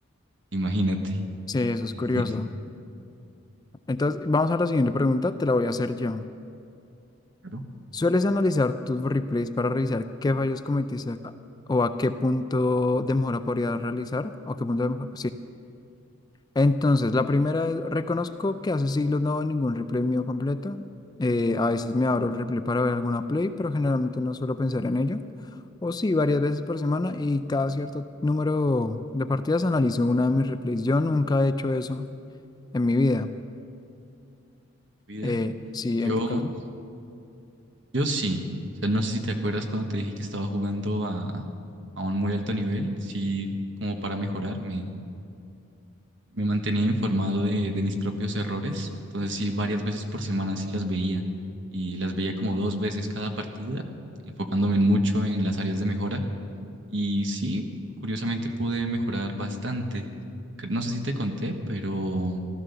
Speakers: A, on the right; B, on the left.
A: imagínate.
B: sí, eso es
A: <laughs>
B: curioso. Entonces, vamos a la siguiente pregunta, te la voy a hacer yo.
A: Claro.
B: ¿Sueles analizar tus replays para revisar qué fallos cometiste a- o a qué punto de mejora podrías realizar? ¿O qué punto de mejora? Entonces, la primera es, reconozco que hace siglos no veo ningún replay mío completo. Eh, a veces me abro el replay para ver alguna play, pero generalmente no suelo pensar en ello. O sí, varias veces por semana y cada cierto número de partidas analizo una de mis replays. Yo nunca he hecho eso en mi vida.
A: Vida.
B: Eh, sí,
A: Yo,
B: en tu caso.
A: yo sí. O sea, no sé si te acuerdas cuando te dije que estaba jugando a, a un muy alto nivel, sí, como para mejorar me me mantenía informado de, de mis propios errores. Entonces sí, varias veces por semana sí las veía y las veía como dos veces cada partida, enfocándome en mucho en las áreas de mejora. Y sí, curiosamente pude mejorar bastante. Cre- No sé si te conté, pero